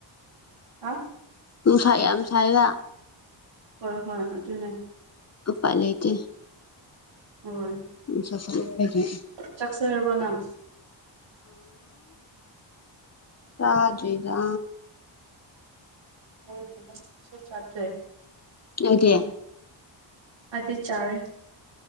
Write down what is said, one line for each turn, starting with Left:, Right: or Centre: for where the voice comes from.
Right: ꯍꯥ
Left: ꯅꯨꯡꯁꯥ ꯌꯥꯝ ꯁꯥꯌꯦꯕ
Right: ꯍꯣꯏ ꯍꯣꯏ ꯑꯗꯨꯅꯦ
Left: ꯎꯄꯥꯢ ꯂꯩꯇꯦ
Right: ꯍꯣꯏ
Left: ꯅꯨꯡꯁꯥ ꯁꯥꯃꯟꯕꯒꯤ
Right: ꯆꯥꯛ ꯆꯥꯔꯕ꯭ꯔꯣ ꯅꯪ
Left: ꯑꯥ ꯆꯥꯗ꯭ꯔꯤꯗꯥ
Right: <unintelligible>
Left: ꯅꯣꯢꯗꯤ
Right: ꯑꯩꯗꯤ ꯆꯥꯔꯦ꯫